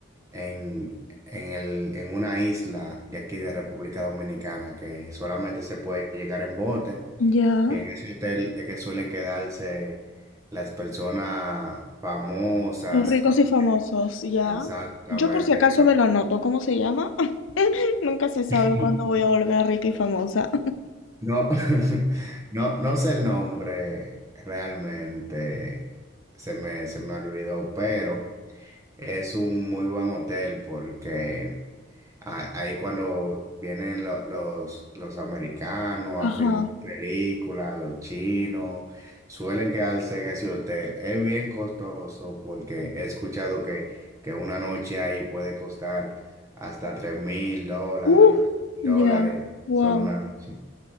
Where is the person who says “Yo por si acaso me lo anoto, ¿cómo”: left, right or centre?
Left